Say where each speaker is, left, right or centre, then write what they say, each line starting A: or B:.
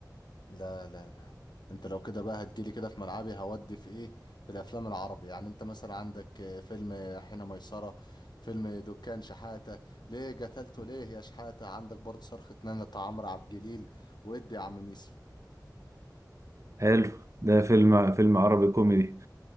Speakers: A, on the left; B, on the right.
A: لا لا لا انت لو كده بقى هتجيلي كده في ملعبي هودي في ايه في الافلام العربي يعني انت مثلا عندك آه، فيلم آه، حين ميسره فيلم دكان شحاته ليه قتلته ليه يا شحاته عندك برضه صرخه نمله بتاع عمرو عبد الجليل وادي يا عم ميسو
B: حلو ده فيلم فيلم عربي كوميدي